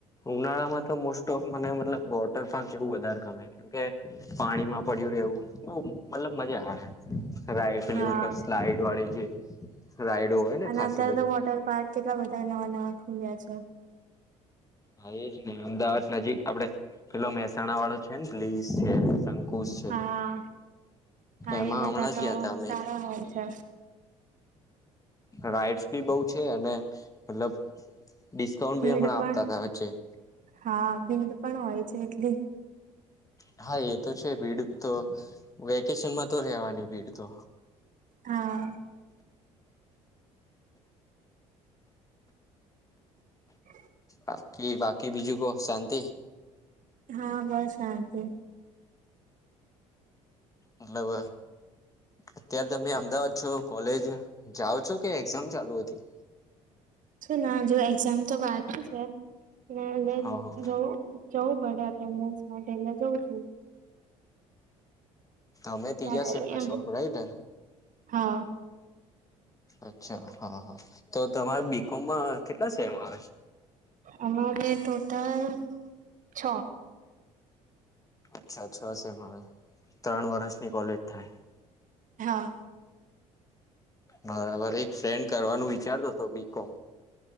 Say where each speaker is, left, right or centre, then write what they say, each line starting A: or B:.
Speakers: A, on the left (about 20°); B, on the right (about 55°).
A: ઉનાળા માં તો મોસ્ટ ઓફ મને મતલબ વોટર પાર્ક જેવું વધારે ગમે કેમકે પાણીમાં પડ્યું રહેવું. મતલબ મજા આવે લાયટલી
B: હા
A: મતલબ સ્લાઈડ વાળી જે રાઈડો હોય ને
B: અને
A: ખાસી
B: અત્યારે
A: બધી
B: તો વોટર પાર્ક કેટલા બધા નવા નવા. ખુલ્યા છે.
A: હા એજ નઈ અમદાવાદ નજીક આપડે પેલો મહેસાણા વાળો છે ને પ્લી છે શંકુજ છે
B: હા હા
A: એમાં
B: એ બધા
A: હમણાં જ
B: તો
A: ગયા ત અમે.
B: સારા હોય છે
A: રાઈડ્સ બી બઉ છે અને મતલબ ડિસ્કાઉન્ટ ભી
B: ભીડ
A: હમણા આપ
B: પણ
A: છે.
B: હા ભીડ પણ હોય છે એટલી
A: <unintelligible> તો છે ભીડ તો વેકેશનમાં તો રહેેવાની ભીડ તો
B: હા <inaudible>
A: બાકી બાકી બીજું કો શાંતિ
B: હા બસ શાંતિ
A: મતલબ અત્યારે તમે અમદાવાદ છો કોલેજ જાઓ છો કે એક્ઝામ ચાલુ હતી
B: શું ના જો એક્ઝામ તો બાકી છે એટલે
A: હા હા
B: જવું જવું પડે એટેન્ડસ માટે એટલે જઉં છું
A: તમે તીજા
B: બાકી
A: સેમ માં
B: એમ
A: છો રાઈટ ને
B: હા
A: અચ્છા હા હા તો તમારે બીકોમમાં કેટલા છે અરે
B: અમારે ટોટલ છ
A: અચ્છા છ સેમ હ ત્રણ વર્ષની કોલેજ થાય
B: હા
A: બરાબર એક ફ્રેન્ડ કરવાનું વિચારતોો હતો બી કો